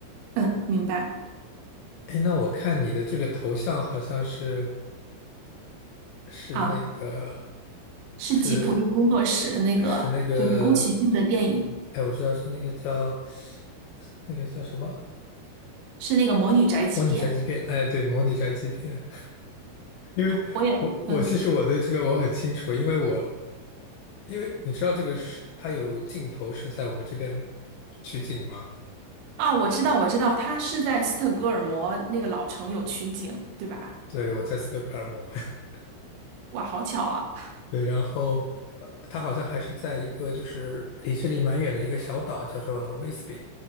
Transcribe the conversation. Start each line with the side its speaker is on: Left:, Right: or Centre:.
Right: 嗯，明白
Left: 哎，那我看你的这个头像好像是。是那个
Right: 啊，是吉普力工作室那个就是宫崎骏的电影。
Left: 是是那个，哎，我知道是那个叫那个叫什么？
Right: 是那个《魔女宅急便》，
Left: 呃模拟宅急便。哎，对，模拟宅急便。因为我我其实我对这个我很清楚，
Right: 我也嗯
Left: 因为我因为你知道这个是它有镜头是在我们这边取景吗？
Right: 啊，我知道我知道，它是在斯德哥尔摩那个老城有取景，对吧？
Left: 对，我在斯德哥尔摩。<laughs>
Right: 哇，好巧啊！
Left: 对，然后呃，它好像还是在一个就是离这里蛮远的一个小岛，叫做威斯比，